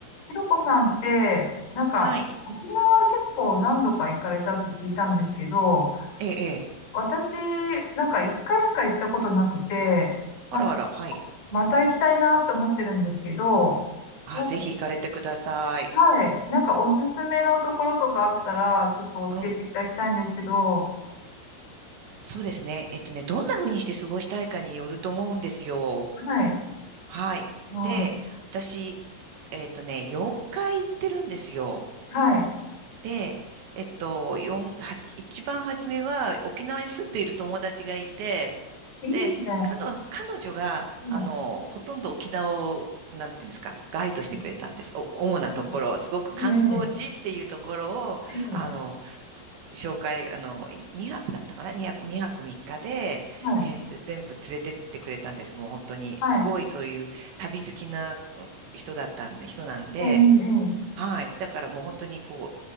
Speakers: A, on the left; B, on the right.
A: ひろこさんって、なんか、
B: はい。
A: 沖縄結構何度か行かれたって聞いたんですけど、
B: ええ、ええ。
A: 私、なんか一回しか行ったことなくて、なんか、
B: あらあら、はい。
A: また行きたいなと思ってるんですけど、
B: あ、
A: なんか、
B: ぜひ行かれてください。
A: はい、なんかおすすめのところとかあったら、ちょっと教えていただきたいんですけど、
B: うん。そうですね。えっとね、どんな風にして過ごしたいかによると思うんですよ。
A: はい、
B: はい。
A: まあ、
B: で、私、えっとね、4回行ってるんですよ。
A: はい、
B: で、えっと、四はち一番初めは沖縄に住んでいる友達がいて、
A: いいですね。
B: で、彼女、彼女が、
A: いや、
B: あの、ほとんど沖縄を、なんていうんですか、ガイドしてくれたんです。
A: うん
B: お、主なところ、
A: うん
B: すごく観光地っていうところを、
A: いいね、ええ、
B: あの、紹介、あの、2泊だったかな ?2 泊、2泊3日で、
A: はい、
B: えーつ全部連れてってくれたんです。もう本当に。
A: はい、
B: すごいそういう旅好きな人だったんで、人なんで、
A: ええ、ええ、
B: はい。だからもう本当にこ